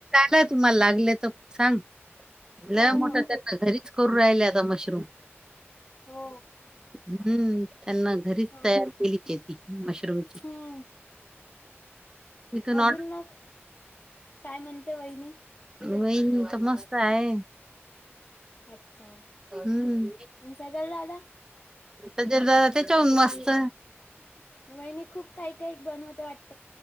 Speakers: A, on the right; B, on the left.
A: का तुम्हाला लागले तर ल
B: हो
A: मोठ
B: हो
A: त्यांना घरीच करू राहिल आता मशरूम
B: हो
A: हम्म त्यांना घरीच
B: हा
A: तयार केली शेती मशरूमची
B: हम्म
A: इथ नाॉट
B: अजून मग काय म्हणते वहिनी
A: वई तर मस्त आहे
B: अच्छा
A: हम्म
B: आणि सगल ददा
A: सजल दादा त्याच्याहून मस्त
B: वहिणी खूप काही काही बनवते वाट